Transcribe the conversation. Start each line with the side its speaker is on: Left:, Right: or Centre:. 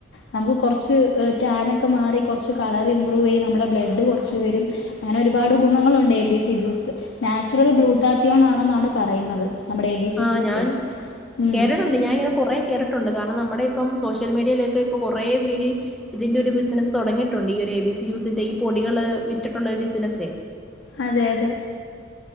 Left: നമുക്ക് കുറച്ച് ടാനൊക്കെ മാറി കുറച്ച് കളർ ഇമ്പ്രൂവ് ചെയ്യും നമ്മുടെ ബ്ലഡ് കുറച്ച് വരും അങ്ങനെ ഒരുപാട് ഗുണങ്ങളുണ്ട് A B C juice natural glutathione ആണെന്നാണ് പറയുന്നത് നമ്മുടെ എ ബി സി
Centre: ആ
Left: ജ്യൂസേ
Centre: ഞാൻ
Left: ഉം
Centre: കേട്ടിട്ടുണ്ട് ഞാൻ ഇങ്ങനെ കൊറെ കേട്ടിട്ടുണ്ട് കാരണം നമ്മുടെ ഇപ്പം സോഷ്യൽ മീഡിയയിലേക്ക് ഇപ്പോ കുറേ പേര് ഇതിന്റെ ഒരു ബിസിനസ്സ് തുടങ്ങിട്ടുണ്ട് ഈ ഒരു എ ബി സി ജൂസ് ഈ പൊടികള് വിറ്റിട്ടുള്ള ബിസിനസെ
Left: അതെ അതെ